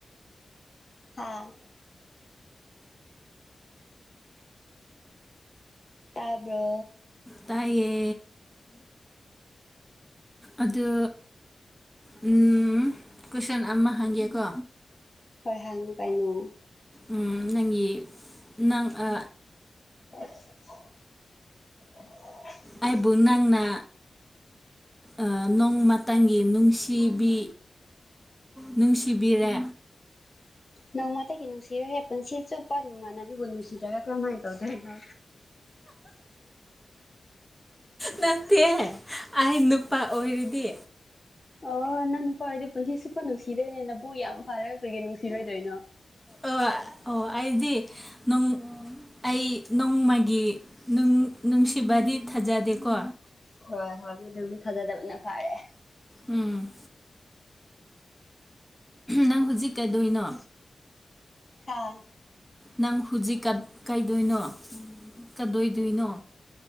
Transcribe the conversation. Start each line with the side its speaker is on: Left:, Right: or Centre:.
Left: ꯍꯥꯥ ꯇꯥꯕ꯭ꯔꯣ
Centre: ꯇꯥꯏꯌꯦ ꯑꯗꯨ ꯎꯝ ꯀꯣꯏꯁꯟ ꯑꯃ ꯍꯪꯒꯦꯀꯣ
Left: ꯍꯣꯏ ꯍꯪꯉꯨ ꯀꯩꯅꯣ
Centre: ꯎꯝ ꯅꯪꯒꯤ ꯅꯪ ꯑ
Left: <unintelligible>
Centre: ꯑꯥꯏꯕꯨꯨ ꯅꯪꯅ ꯑ ꯅꯣꯡꯃꯥꯇꯪꯒꯤ ꯅꯨꯡꯁꯤꯕꯤ ꯅꯨꯡꯁꯤꯕꯤꯔꯦ
Left: ꯅꯣꯡꯃꯇꯒꯤ ꯅꯨꯡꯁꯤꯔꯣꯏꯍꯦ ꯄꯨꯟꯁꯤ ꯆꯨꯞꯄ ꯃꯃꯥꯟꯅꯕꯤꯕꯨ ꯅꯨꯡꯁꯤꯗ꯭ꯔꯒ ꯀꯔꯝꯃꯥꯏꯟ ꯇꯧꯗꯣꯏꯅꯣ
Centre: ꯅꯠꯇꯦ ꯑꯩ ꯅꯨꯄꯥ ꯑꯣꯏꯔꯗꯤ
Left: ꯑꯣ ꯅꯪ ꯅꯨꯄꯥ ꯑꯣꯏꯔꯗꯤ ꯄꯨꯟꯁꯤ ꯆꯨꯞꯄ ꯅꯨꯡꯁꯤꯗꯣꯏꯅꯦ ꯅꯥꯕꯨ ꯌꯥꯝ ꯐꯥꯔꯒ ꯀ꯭ꯔꯤꯒꯤ ꯅꯨꯡꯁꯤꯔꯣꯏꯗꯣꯏꯅꯣ
Centre: ꯑꯣꯏ ꯑꯣ ꯑꯩꯗꯤ ꯅꯨꯡ ꯑꯩ ꯅꯣꯡꯃꯒꯤ ꯅꯨꯡ ꯅꯨꯡꯁꯤꯕꯗꯤ ꯊꯥꯖꯗꯦꯀꯣ
Left: ꯍꯣꯏ ꯍꯣꯏ <unintelligible> ꯊꯥꯖꯗꯕꯅ ꯐꯔꯦ
Centre: ꯎꯝ ꯅꯪ ꯍꯧꯖꯤꯛ ꯀꯩꯗꯧꯏꯅꯣ
Left: ꯍꯥꯥ
Centre: ꯅꯪ ꯍꯨꯖꯤꯛ ꯀꯩꯏꯗꯣꯏꯅꯣ ꯀꯗꯣꯏꯗꯣꯏꯅꯣ